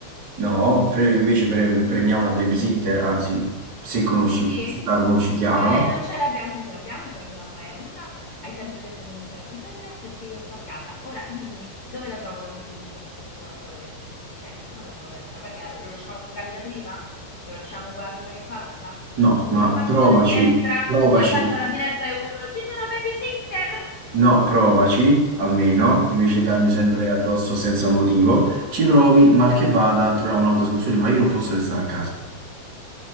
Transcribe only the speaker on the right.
No, pre- invece pre- prendiamo una babysitter, anzi, se conosci,
se la conosci, chiamala.
No,
ma
provaci,
provaci.
No, provaci almeno, invece di darmi sempre addosso senza motivo, ci provi, mal che vada, troviamo un'altra soluzione, ma io non posso restare a casa,